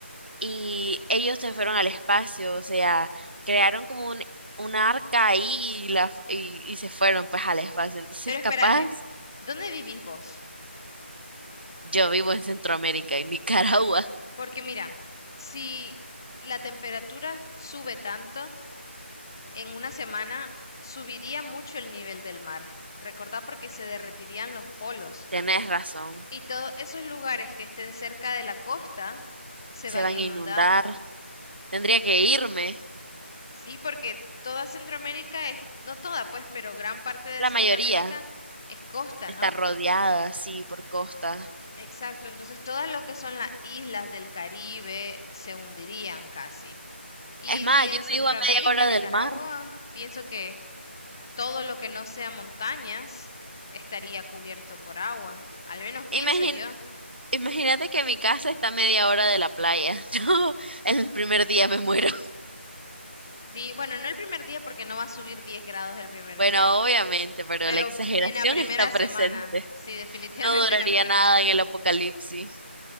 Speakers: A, on the right (about 55°); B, on the left (about 20°).
A: y ellos se fueron al espacio, o sea, crearon como un, un arca ahí y, la, y, y se fueron pues al espacio. Entonces,
B: Pero
A: capaz,
B: espérate, ¿dónde vivís vos?
A: yo vivo en Centroamérica, en Nicaragua.
B: Porque mira, si la temperatura sube tanto, en una semana subiría mucho el nivel del mar. Recordá porque se derretirían los polos
A: Tenés razón,
B: y todos esos lugares que estén cerca de la costa se
A: se
B: van
A: van
B: a inundar.
A: a inundar. Tendría que irme.
B: Sí, porque toda Centroamérica es, no toda pues, pero gran parte de
A: La
B: Centroamérica
A: mayoría
B: es costa,
A: está
B: ¿no?
A: rodeada, sí, por costas.
B: Exacto, entonces todas lo que son las islas del Caribe se hundirían casi. Y,
A: Es más,
B: y en
A: yo
B: Centroamérica
A: vivo a media hora
B: en
A: del
B: Nicaragua,
A: mar.
B: pienso que todo lo que no sea montañas estaría cubierto por agua. Al menos
A: Imagin-
B: pienso yo.
A: imagínate que mi casa está a media hora de la playa. <laughs> Yo el primer día me muero.
B: Sí, bueno, no el primer día porque no va a subir 10 grados el primer
A: Bueno,
B: día,
A: obviamente, pero
B: pero
A: la exageración
B: en la primera
A: está
B: semana,
A: presente.
B: sí, <laughs> definitivamente
A: No duraría
B: en la primera
A: nada
B: semana.
A: en el apocalipsis.